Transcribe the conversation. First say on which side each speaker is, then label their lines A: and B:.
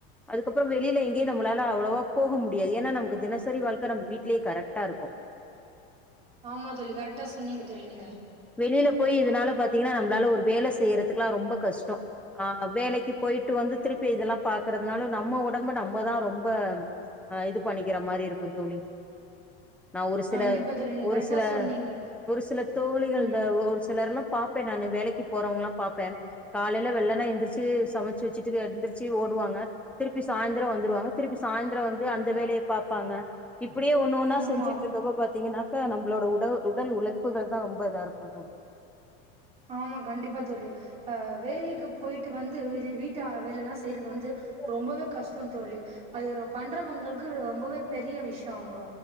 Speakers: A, in the centre; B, on the right.
A: அதுக்கப்றொ வெளில எங்கயு நம்ளால அவ்ளவா போக முடியாது ஏனா நமக்கு தினசரி வாழ்க்க நம்ம வீட்லயே கரெக்டா இருக்கு
B: ஆமா தோழி கரெக்டா சொன்னீங்க தோழி நீங்க
A: வெளில போய் இதுனால பாத்தீங்கனா நம்ளால ஒரு வேல செய்றதுக்லா ரொம்ப கஷ்டொ ஆ வேலக்கி போயிட்டு வந்து திருப்பி இதெல்லா பாக்குறதுனால நம்ம ஒடம்ப நம்மதா ரொம்ப ஆ இது பண்ணிக்கிற மாரி இருக்கு தோழி நா ஒரு
B: கண்டிப்பா
A: சில
B: தோழி நீங்க
A: ஒரு
B: கரெக்டா
A: சில
B: சொன்னீங்க
A: ஒரு சில தோழிகள்
B: ம்
A: இந்த ஒரு சிலர்லா பாப்பே நானு வேலைக்கி போறவுங்கலா பாப்பே காலைல வெள்ளன எந்திரிச்சு சமச்சு வச்சுட்டு எந்திரிச்சு ஓடுவாங்க திருப்பி சாய்ந்திர வந்துருவாங்க திருப்பி சாய்ந்திர வந்து அந்த வேலைய பாப்பாங்க இப்புடியே ஒ ன்னு ஒன்னா
B: ஆமா
A: செஞ்சுட்ருக்கப்போ பாத்தீங்கன்னாக்க நம்பளோட உட உடல் உழைப்புகள் தா ரொம்ப இதா இருக்கு தோழி
B: ஆமா கண்டிப்பா தோழி அ வேலக்கி போயிட்டு வந்து வெளி வீட்டா வேலல்லா செய்றது வந்து
A: தோழி
B: ரொம்பவே கஷ்டொ தோழி அது ரொ பண்றவங்கள்க்கு ரொம்பவே பெரிய விஷ்யோங்க